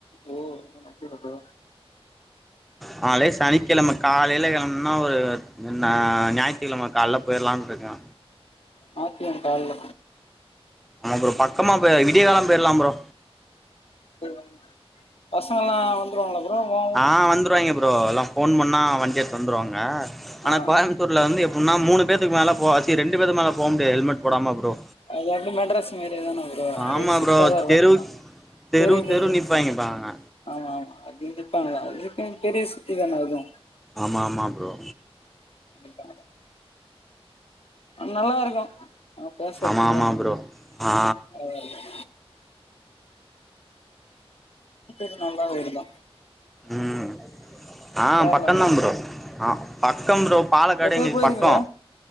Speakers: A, on the left; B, in the centre.
A: ஏ என்ன இப்டிருக்கு
B: நாளே சனிக்கெழம காலையில கெளபம்னுனா ஒரு என்ன ஞாயித்துக்கெழம கால்ல போயிட்லான்ருக்கே
A: மாத்திய கால்ல
B: ஆமா ப்ரோ பக்கமா போய் அ விடிய கால்ல போயிட்லா ப்ரோ
A: போயிட்லால பசங்கல்லா வந் துருவாங்கள ப்ரோ வா
B: ஆ வந்துருவாய்ங்க ப்ரோ எல்லா ஃபோன் பண்ணா வண்டி எடுத்து வந்துருவாங்க ஆனா
A: ஆ
B: கோயம் தூர்ல வந்து எப்டினா மூணு பேதுக்கு மேலலா போகாதி ரெண்டு பேத்து மேல போ முடியாது ஹெல்மெட் போடாம ப்ரோ
A: அது அப்டி மெட்ராஸ் மாரிதான ப்ரோ அப்டியே
B: ஆமா
A: ஸ்டிட்டா
B: ப்ரோ
A: தா இருக்கு
B: தெரு
A: ஆ
B: தெரு
A: தெரியுது
B: தெரு
A: தெரியுது
B: நிப்பாய்ங்க பா அங்க
A: ஆமா ஆமா அது நிப்பாங்க அதுக்கு பெரிய சிட்டி தானே அதுவு
B: ஆமா ஆமா ப்ரோ
A: <unintelligible> நல்லா இருக்கு அங்க பேசறக்கு
B: ஆமா ஆமா ப்ரோ ஆ
A: நல்லா இருக்கு <unintelligible> நல்லா வருதா
B: ம் ஆ
A: கேரளாலா
B: பக்கந்தா ப்ரோ ஆ பக்க ப்ரோ பாலகாடு
A: எப்பயோ
B: எங்களுக்
A: போயிருக்கீங்களா
B: பக்கோ